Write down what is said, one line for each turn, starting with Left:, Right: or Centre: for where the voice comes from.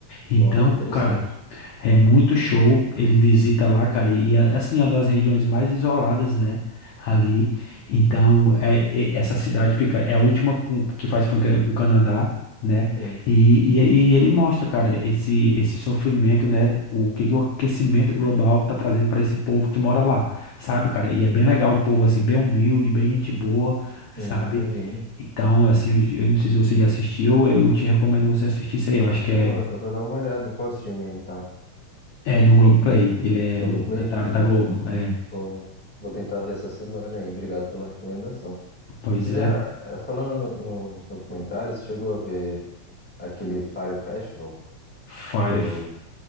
Left: Então,
Centre: Uau, interessante.
Left: cara, é muito show, ele visita lá, cara, e é, assim, é uma das regiões mais isoladas, né, ali. Então, é, é- essa cidade fica, é a última com- que faz fronteira com o Canadá, né,
Centre: Sim,
Left: e, e, e ele mostra, cara, esse, esse sofrimento, né, o que, que o aquecimento global tá trazendo para esse povo que mora lá, sabe, cara, e é bem legal o povo, assim, bem humilde, bem gente boa, sabe.
Centre: sim, imagino.
Left: Então, assim, eu, eu não sei se você já assistiu, eu te recomendo você assistir isso aí, eu acho que
Centre: Pô,
Left: é...
Centre: eu vou dar uma olhada em qual streaming ele tá.
Left: É no Globoplay. Ele
Centre: Globoplay?
Left: é um documentário
Centre: Legal.
Left: da Globo. É,
Centre: Vou, vou tentar ver essa semana aí. Obrigado pela recomendação.
Left: pois
Centre: Você
Left: é.
Centre: já, eh, falando no- nos documentários, você chegou a ver. aquele Fire Festival
Left: Fire.
Centre: do,